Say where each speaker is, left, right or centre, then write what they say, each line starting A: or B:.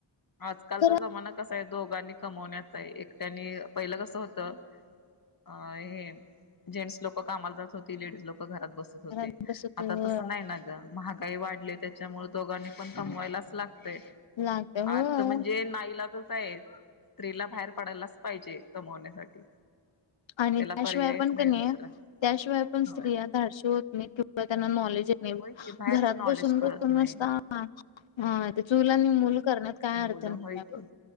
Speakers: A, on the left (about 45°); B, on the left (about 75°).
A: आजकालचा
B: खरं
A: जमाना कसाय दोघांनी कमवण्याचाय एकट्यानी पहिलं कसं होतं अ हे जेन्स लोकं कामाला जात होती लेडीज लोकं घरात बस त होते.
B: घरात बसत होय
A: आता तसं नाही ना ग. महागाई वाढली त्याच्यामुळं दोघांनी पण कमवायलाच लागतय.
B: लागत होय
A: आर्थ म्हणजे नाईलाजचाय स्त्रीला बाहेर पडायलाच पाहिजे कमवण्यासाठी.
B: आणी
A: त्याला
B: त्याशिवाय
A: पर्यायच
B: पण
A: नाही
B: कणी
A: दुसरा
B: त्याशिवाय पण स्त्रिया
A: होय.
B: धाडशी होत नाहीत किंवा त्यांना नॉलेज ये त नाही
A: होय की बाहेरच
B: घरात
A: नॉलेज
B: बसून
A: कळत
B: बसून
A: नाही
B: नुसता अ ते चूल आणि मूल करण्यात काय अर्थ
A: लव
B: नाही
A: हाय
B: आहे
A: कि.
B: बघ